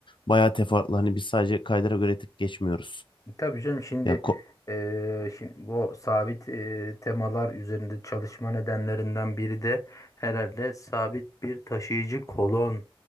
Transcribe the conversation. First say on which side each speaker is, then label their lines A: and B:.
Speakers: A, on the left (about 55°); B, on the left (about 35°).
A: bayağı teferruatlı. Hani biz sadece kaydıra göre tık geçmiyoruz.
B: E, Tabii canım şimdi
A: Ya ko-
B: eee, şimdi bu sabit eee, temalar üzerinde çalışma nedenlerinden biri de herhalde sabit bir taşıyıcı kolon